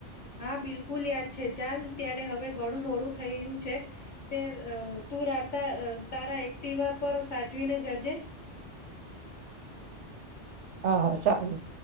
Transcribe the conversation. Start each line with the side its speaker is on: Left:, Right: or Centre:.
Left: હા બિલકુલ યાદ છે ચાલ ત્યારે હવે ઘણું મોડું થઈયું છે તે તું રાતા તારા એક્ટિવા પર સાચવીને જજે.
Right: હા હા સારું.